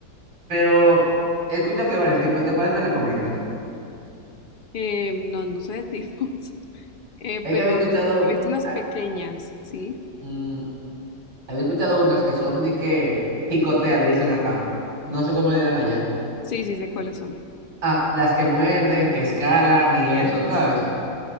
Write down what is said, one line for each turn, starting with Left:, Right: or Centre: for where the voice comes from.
Right: Pero he escuchado que hay varios tipos. ¿De cuáles me recomiendas?
Left: Eh, no, no sé <laughs> de tifos. Eh,
Right: Es
Left: pero
Right: que había escuchado...
Left: he visto unas
Right: ah,
Left: pequeñas, ¿sí?
Right: mm, Había escuchado unas que son de que picotea, le dicen acá. No sé cómo le dirán allá.
Left: Sí, sí, sé cuáles son.
Right: Ah, las que muerden, que escalan y eso, ¿sabes?